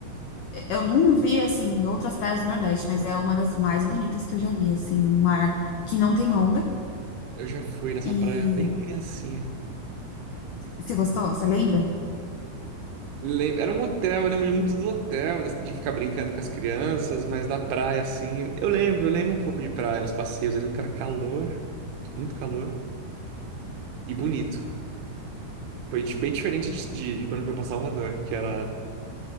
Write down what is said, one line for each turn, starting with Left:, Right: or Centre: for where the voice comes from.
Left: Eu não vi, assim, outras praias do Nordeste, mas é uma das mais bonitas que eu já vi, assim. Um mar que não tem onda.
Right: Eu já fui nessa
Left: E
Right: praia bem criancinha.
Left: você gostou? Você lembra?
Right: Le- Era um hotel, eu lembro muito do hotel, de ficar brincando com as crianças, mas da praia, assim. Eu lembro, eu lembro um pouco de praia, uns passeios. Eu lembro que era calor, muito calor e bonito. Foi di- bem diferente de, de- de quando eu fui para Salvador, que era,